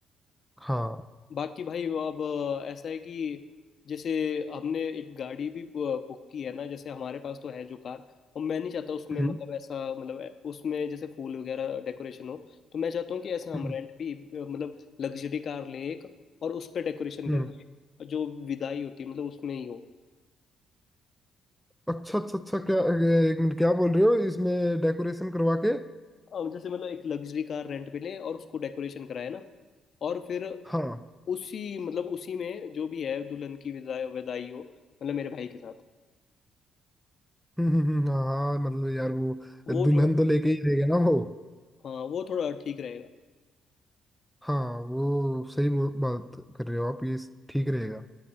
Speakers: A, in the centre; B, on the left.
A: हाँ
B: बाकी भाई वो अब ऐसा है कि जैसे हमने एक गाड़ी भी बु- बुक की है ना जैसे हमारे पास तो है जो कार और मैं नहीं चाहता उसमें
A: हम्म
B: मतलब ऐसा मतलब उसमें जैसे फूल वगैरह डेकोरेशन हो तो मैं चाहता हूँ कि ऐसे हम
A: हम्म
B: रेंट पे मतलब लग्जरी कार लें एक और उस पर डेकोरेशन
A: हम्म
B: करके जो विदाई होती है मतलब उसमें ही हो
A: अच्छा अच्छा अच्छा क्या अ, क्या बोल रहे हो इसमें डेकोरेशन करवा के
B: अब जैसे मतलब एक लग्जरी कार रेंट पे लें और उसको डेकोरेशन कराए ना और फिर
A: हाँ
B: उसी मतलब उसी में जो भी है दुल्हन की विदाई विदाई हो मतलब मेरे भाई के साथ
A: हम्म हम्म हम्म, हाँ हाँ, मतलब यार वो
B: वो
A: दुल्हन
B: थोड़ा
A: तो लेके ही रहेगा ना वो
B: हाँ वो थोड़ा ठीक रहेगा
A: हाँ वो सही वो बात कर रहे हो आप ये ठीक रहेगा